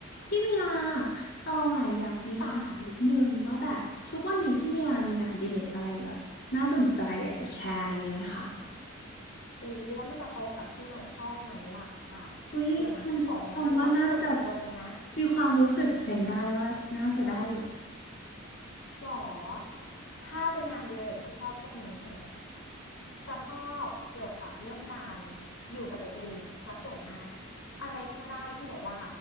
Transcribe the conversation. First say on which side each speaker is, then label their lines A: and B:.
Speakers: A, on the left; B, on the left.
A: พี่เมียตองอ่ะอยากมีคำถามนิดนึงว่าแบบทุกวันนี้พี่เมียมีงานอดิเรกอะไรแบบน่าสนใจอยากจะแชร์อะไรอย่างงี้ไหมคะ
B: จ๋าอุ๊ยแล้วมันจะตรงกับที่น้องชอบไหมล่ะ
A: อุ๊ยมันตองว่าน่าจะ
B: เดี๋ยวนะขอแนะนำตามส่วนตัวเลยนะ
A: มีความรู้สึกเซนได้ว่าน่าจะได้อยู่
B: หรอถ้าเป็นงานอดิเรกที่ชอบช่วงนี้ใช่ไหมจะชอบเกี่ยวกับเรื่องการอยู่กับตัวเองซะส่วนมากอะไรก็ได้ที่บอกว่า